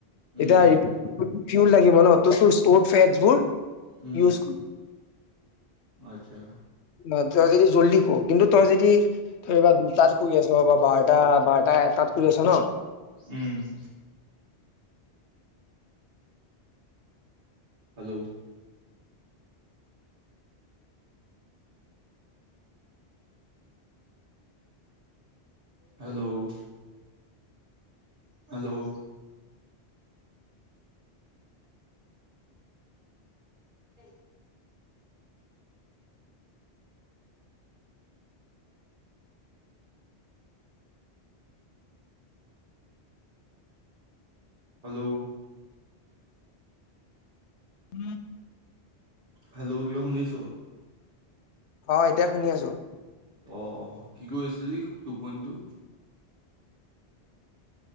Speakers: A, on the right; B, on the left.
A: উম,
B: এতিয়া
A: সেইটো হয়।
B: ফিউল লাগিব ন', তোৰ তো ষ্ট'ৰড ফেটছবোৰ
A: উম
B: ইউজ কৰ
A: আচ্ছা।
B: অ', তই যদি জল্দি শুৱ, কিন্তু তই যদি ধৰিবা, দুটাত শুই আছ' বা বাৰটা- বাৰটা এটাত শুই আছ ন
A: উম। <inaudible> Hello? <inaudible> Hello? Hello? <inaudible> Hello?
B: <unintelligible>
A: Hello কিবা শুনিছোঁ।
B: অ' এতিয়া শুনি আছোঁ।
A: অ, অ, কি কৈ আছিলি টোপনিটো?